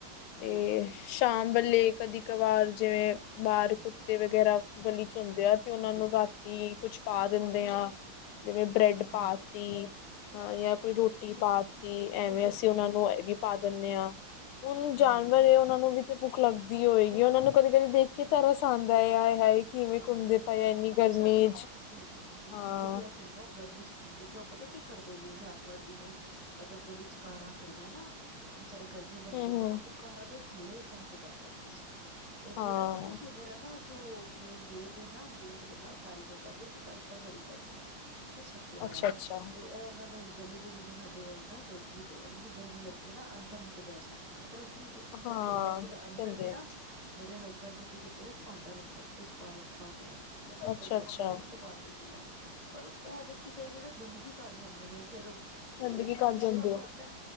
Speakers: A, on the left (about 85°); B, on the right (about 20°).
A: ਤੇ
B: ਬਿਲਕੁਲ ਬਿਲਕੁਲ
A: ਸ਼ਾਮ। ਬੱਲੇ ਕਦੀ ਕਵਾਰ ਜਿਵੇਂ ਬਾਹਰ
B: ਹਮ
A: ਕੁੱਤੇ ਵਗੈਰਾ ਗਲੀ ਚ ਹੁੰਦੇ ਆ। ਉਹਨਾਂ
B: ਬਿਲਕੁਲ
A: ਨੂੰ ਰਾਤੀ ਕੁਛ ਪਾ ਦਿੰਦੇ ਆ। ਜਿਵੇਂ ਬ੍ਰੈਡ
B: ਹਾਂ
A: ਪਾ ਤੀ ਹਾਂ ਯਾਂ ਕੋਈ ਰੋਟੀ ਪਾ। ਤੀ ਐਵੇਂ ਅਸੀਂ ਉਹਨਾਂ ਨੂੰ ਇਹ ਵੀ ਪਾ ਦਿੰਨੇ ਹਾਂ, ਹੁਣ ਜਾਨਵਰ
B: ਹਾਂ
A: ਹੈ ਉਹਨਾਂ ਨੂੰ ਵੀ ਤੇ ਭੁੱਖ ਲੱਗਦੀ ਹੋਏਗੀ, ਉਹਨਾਂ ਨੂੰ ਕਦੇ-ਕਦੇ ਦੇਖ ਕੇ ਤਰਸ ਆਦਾਂ ਏ ਆਏ ਹਾਏ। ਕਿਵੇਂ
B: ਹਾਂ,
A: ਘੁੰਮਦੇ ਪਏ ਆ ਇੰਨੀ
B: ਮੱਛਰ
A: ਗਰਮੀ ਚ
B: ਤੁਸੀਂ ਬਿਲਕੁਲ
A: ਹਾਂ
B: ਤੁਸੀਂ ਅ ਸੁਣੋ ਗਰਮੀ ਚ ਘੁੰਮਦੇ ਪਿਓ, ਪਤਾ ਕੀ ਕਰਦੇ ਜੇ ਜਾਨਵਰ ਜਿਵੇਂ ਅਗਰ ਗਲੀ ਚ ਕਾਰਾਂ ਖੜੀਆਂ ਨਾ, ਵਿਚਚਾਰੇ ਗਰਮੀ ਬੰਦੇ
A: ਹਮ
B: ਨੇ ਨਾ
A: ਹਮ
B: ਉਹ ਕਾਰਾਂ ਦੇ ਥੱਲੇ ਜਾ ਕੇ ਬਹਿ ਜਾਂਦੇ ਸੀ ਤੇ
A: ਹਾਂ
B: ਮੇਰਾ ਪਤਾ ਕੀ ਮੇਰਾ ਨਾ ਜੋ ਮੇਨ ਗੇਟ ਨਾ, ਗੇਟ ਦੇ ਨਾਲ ਸਾਰੀ ਜਗ੍ਹਾ ਵੀ ਅਸੀਂ ਬਾਈਕਾਂ ਖੜੀ ਕਰਦੇ ਹਾਂ ਤੇ ਛੱ ਿਆ ਹੋਇਆ
A: ਅੱਛਾ
B: ਹੈ
A: ਅੱਛਾ
B: ਤੇ ਇਹ ਇਹਨਾਂ ਨੂੰ ਗਲੀ ਦੇ ਜਿਵੇਂ ਸਾਡੇ ਹੋਏ ਨਾ ਡੋਗੀ ਤੇ ਉਹਨ ਨੂੰ ਗਰਮੀ ਲੱਗਦੀ ਨਾ ਅੰਦਰ ਆ ਕੇ ਬਹਿ ਜਾਂਦੇ ਨੇ ਫਿਰ ਅਸੀਂ ਵੀ ਕੁਛ ਨੀ ਕਹਿੰਦੇ
A: ਹਾਂ
B: ਮੈਂ ਫੇਰ ਅੰਦਰ
A: ਕਹਿੰਦੇ
B: ਵੀ ਨਾ ਮੇਰੇ ਹਸਬੈਂਡ ਨੇ ਕੀ ਕੀਤਾ ਦਾ, ਇੱਕ ਭਾਂਡਾ ਰੱਖਿਆ ਜਦੇ ਚ ਪਾਣੀ ਪਾ ਕੇ ਰੱਖ ਦਿੰਦੇ ਨੇ ਕਿ ਅੰਦਰ
A: ਅੱਛਾ
B: ਬੈਠੇ
A: ਅੱਛਾ
B: ਦੇ ਨੇ ਤੇ ਪਾਣੀ ਪੀਲਾ ਪਰ ਇਹਵੇ ਕਿ ਕਈ ਵਾਰੀ ਨਾ ਗੰਦਗੀ ਕਰ ਜਾਂਦੇ ਨੇ ਫੇਰ ਉਹ
A: ਗੰਦਗੀ
B: ਵੀ
A: ਕਰ
B: ਗੁੱਸਾ
A: ਜਾਂਦੇ
B: ਵੀ
A: ਆ
B: ਆਂਦਾ